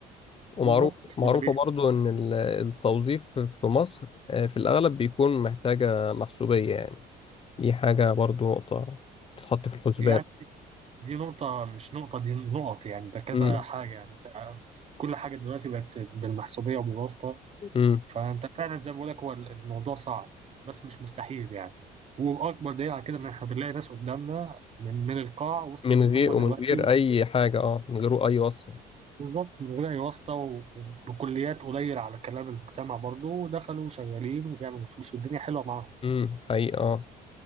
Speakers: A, on the left; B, on the right.
A: ومعروف
B: بالظبط
A: معروفة
B: واللي بي
A: برضو إن ال- التوظيف في مصر آه، في الأغلب بيكون محتاجة محسوبية يعني دي حاجة برضو نقطة تتحط في الحسبان
B: يعني دي نقطة مش نقطة دي نقط يعني ده كذا
A: امم
B: حاجة يعني انت كل حاجة دلوقتي بقت بالمحسوبية وبالواسطة
A: امم
B: فأنت فعلا زي ما بقولك هو الموضوع صعب بس مش مستحيل يعني وأكبر دليل على كده إن إحنا بنلاقي ناس قدامنا من من القاع وصلوا
A: من
B: للقمة
A: غير
B: دلوقتي
A: ومن غير أي حاجة اه من غير أي وصفة
B: بالظبط من غير أي واسطة و- وبكليات قليل على كلام المجتمع برضه ودخلوا شغالين وبيعملوا فلوس والدنيا حلوة معاهم
A: امم حقيقي اه